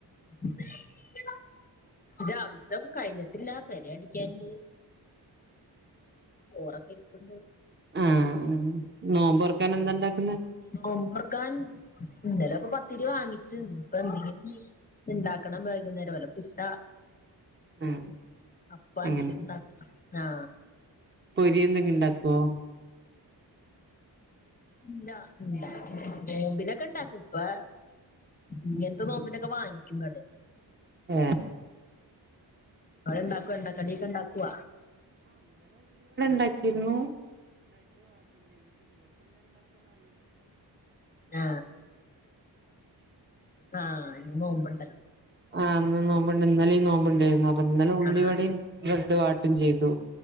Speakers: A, on the left (about 20°); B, on the right (about 25°).
A: <inaudible> രാവിൽതഹു കഴിഞ്ഞിട്ട്ല്ല പെരഅടിക്കാണ്ട് ചോറൊക്കെ ഇരിപ്ണ്ട്
B: ആ ആ നോമ്പൊറക്കാൻ എന്താ ഇണ്ടാക്കുന്നെ
A: നോമ്പർക്കാൻ ഇന്നല പത്തിരി വാങ്ങിച്ച്ന്ന്പ്പൊ എന്തിനെങ്ങിലും ഇണ്ടാക്കണം വൈകുന്നേരം വല്ല പുട്ട
B: ആ
A: അപ്പ
B: അങ്ങനെ
A: ന്തേലുംണ്ടാ ആ
B: പൊരി എന്തെങ്കി ഇണ്ടാകോ <unintelligible>
A: ഇല്ല <unintelligible> നോമ്പിനൊക്കെണ്ടാകു പെ ഇങ്ങൻത്തെ നോമ്പ്നൊക്കെ വാങ്ങിക്കും കടെ
B: ഏ
A: അഴണ്ടാകൊ എണ്ണകടിക്കെണ്ടാക്കുവ
B: ണ്ടാക്കിര്ന്നു
A: ആ ആ ഇനി നോമ്പൻ
B: ആ ഇന്ന് നോമ്പ്ണ്ട് ഇന്നലെ നോ മുണ്ടേര്ന്നു അപ്പ ഇന്നലെ ഉള്ളിവടിം
A: ആഹ്
B: ബ്രെഡ് വാട്ടിൻ ചെയ്തു